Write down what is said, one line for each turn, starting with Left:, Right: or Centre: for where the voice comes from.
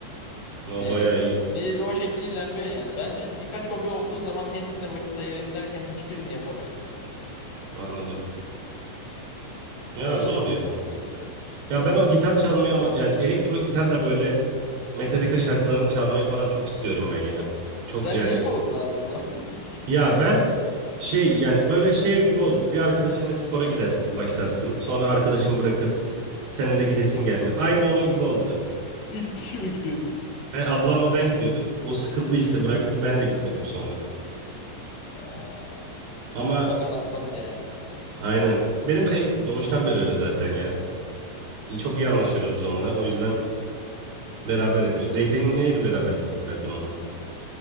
Right: O
Left: diye
Right: bayağı
Left: geçer.
Right: iyi.
Left: Bir o şekil ilerliyor yani. Bence birkaç hobi olduğu zaman hepsine vakit ayırayım derken hiçbirini yapamıyor.
Right: Anladım. Ya
Left: Öyle
Right: zor
Left: de oluyor
Right: ya.
Left: yani bence.
Right: Ya ben o gitar çalmayı ama yani elektro gitarla böyle Metallica şarkılarını çalmayı falan çok istiyorum ben ya. Çok
Left: Sen
Right: yani
Left: niye soğudun abi o zaman? <laughs>
Right: ya ben şey yani böyle şey gibi oldu. Bir arkadaşınla spora gidersin, başlarsın. Sonra arkadaşın bırakır. Senin de gidesin gelmez. Aynı onun gibi oldu.
Left: İki kişi mi gidiyordunuz?
Right: He, ablamla ben gidiyorduk. O sıkıldı işte bıraktı. Ben de gitmedim sonra.
Left: Ha,
Right: Ama
Left: Agan ablandı yani.
Right: aynen. Benim hep doğuştan beri öyle zaten ya. İyi- Çok iyi anlaşıyoruz biz onunla. O yüzden beraber yapıyoruz. Zeytinli'ye de beraber gittik zaten onunla.